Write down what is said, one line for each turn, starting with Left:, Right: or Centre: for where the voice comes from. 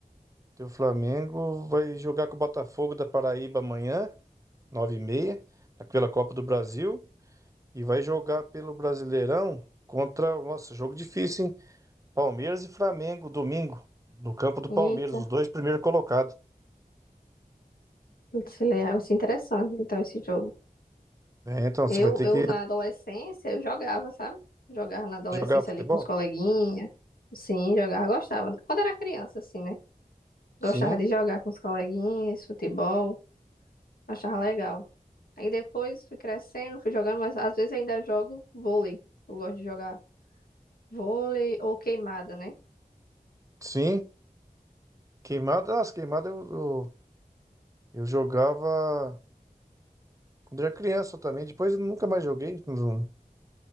Right: teu Flamengo vai jogar com o Botafogo da Paraíba amanhã, nove e meia pela Copa do Brasil, e vai jogar pelo Brasileirão contra, nossa, jogo difícil, hein? Palmeiras e Flamengo, domingo, no campo do Palmeiras,
Left: Eita,
Right: os dois primeiros colocados.
Left: isso é isso é interessante, então, esse jogo.
Right: É, então
Left: Eu,
Right: você vai ter
Left: eu,
Right: que
Left: na adolescência, eu jogava, sabe? Jogava na adolescência
Right: jogar futebol?
Left: ali com os coleguinhas. Sim, jogava, gostava. Quando era criança, assim, né? Gostava
Right: Sim,
Left: de jogar com os coleguinhas, futebol. Achava legal. Aí depois fui crescendo, fui jogando, mas às vezes ainda jogo vôlei. Eu gosto de jogar vôlei ou queimada, né?
Right: sim. Queimada, nossa, queimada eu, eu, eu jogava quando era criança também, depois eu nunca mais joguei. não-